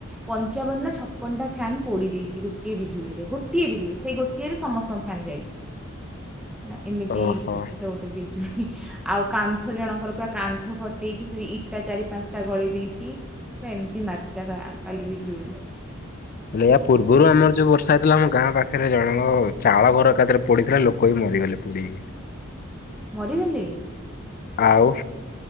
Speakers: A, in the centre; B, on the left.
A: ପଞ୍ଚାବନ ନା ଛପନ ଟା ଫ୍ୟାନ ପୋଡି ଦେଇଛି, ଗୋଟିଏ ବିଜୁଳିରେ ଗୋଟିଏ ବିଜୁଳି ସେ ଗୋ ଟିଏରେ ସମସ୍ତଙ୍କ ଫ୍ୟାନ ଯାଇଚି, ହେଲା ଏମିତି
B: ଓହୋ
A: ମାରଚି ସେ ଗୋଟେ ବିଜୁଳି। ଆଉ କାନ୍ଥ ଜଣଙ୍କର ପୁରା କାନ୍ଥ ଫଟେଇକି ସେଇ ଇଟା ଚାରି ପାଞ୍ଚଟା ଗଳେଇ ଦେଇଚି, ପୁରା ଏମତି ମାରିଥିଲା କା କାଲି ବିଜୁଳି।
B: ହେଲେ ୟା ପୂର୍ବରୁ ଆମର ଯୋଉ ବର୍ଷା ହେଇଥିଲା ଆମ ଗାଁ ପାଖରେ ଜଣଙ୍କ ଚାଳ ଘର ଏକାଥରେ ପୋଡ଼ିଥିଲା, ଲୋକ ବି ମରିଗଲେ ପୋଡ଼ି ହେଇକି।
A: ମରିଗଲେ?
B: ଆଉ।